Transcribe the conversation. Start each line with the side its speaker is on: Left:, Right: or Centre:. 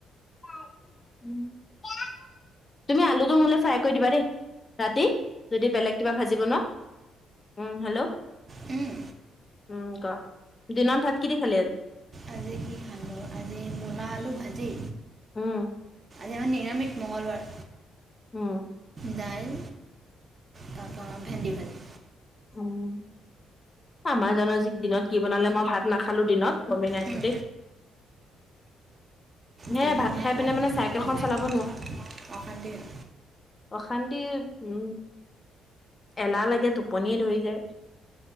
Left: <unintelligible> তুমি আলুটো মোলে ফ্ৰাই কৰি দিবা দেই, ৰাতি, যদি বেলেগ কিবা ভাজি বনোৱা। উম, হেল্ল'।
Right: উম,
Left: উম, ক', দিনত ভাত কিদি খালে আজি?
Right: আজি কি খালোঁ! আজি মূলা আলু, ভাজি,
Left: উম।
Right: আজি আমাৰ নিৰামিষ, মঙলবাৰ।
Left: উম।
Right: ডাইল, তাপা ভেন্দি ভাজি।
Left: উম। আমাৰ জানো আজি দিনত কি বনালে, মই ভাত নাখালো দিনত। গমেই নাই
Right: উম,
Left: পোৱা দেই। হে
Right: দিনত
Left: ভাত
Right: <unintelligible>
Left: খাই পিনে মানে চাইকেলখন চলাব
Right: অশান্তি হৈ
Left: অশান্তিৰ, উম। এলাহ লাগে তোক। পনিয়ে ধৰি যায়।